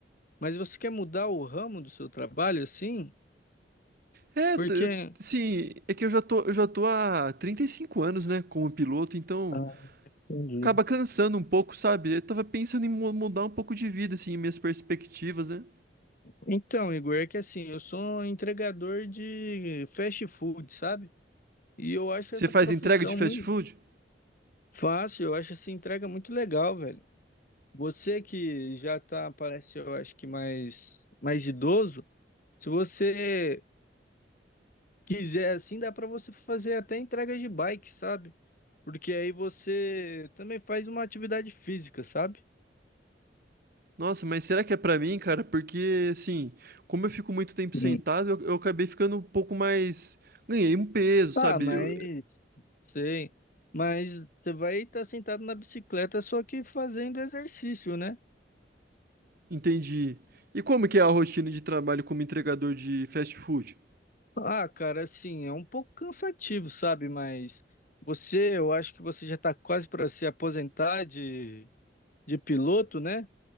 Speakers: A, on the left; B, on the right.
A: Mas você quer mudar o ramo do seu trabalho assim?
B: É,
A: Porque.
B: t assim, é que eu já tô, eu já tô há 35 anos, né, como piloto, então
A: Ah, entendi.
B: acaba cansando um pouco, sabe. Eu estava pensando em mu mudar um pouco de vida, assim, minhas perspectivas, né.
A: Então, Igor, é que assim, eu sou entregador de fast food, sabe? E eu acho
B: Você
A: essa
B: faz
A: profissão
B: entrega de fast
A: muito.
B: food?
A: Fácil, eu acho essa entrega muito legal, velho. Você que já tá, parece, eu acho que mais, mais idoso, se você quiser assim, dá para você fazer até entregas de bike, sabe? Porque aí você também faz uma atividade física, sabe?
B: Nossa, mas será que é pra mim, cara? Porque, assim, como eu fico muito tempo
A: Sim.
B: sentado, eu, eu acabei ficando um pouco mais. Ganhei um peso,
A: Tá,
B: sabe?
A: mas
B: Eu-
A: sei. Mas você vai estar sentado na bicicleta só que fazendo exercício, né?
B: entendi. E como que é a rotina de trabalho como entregador de fast food?
A: Ah, cara, assim, é um pouco cansativo, sabe? Mas você, eu acho que você já está quase para se aposentar de, de piloto, né?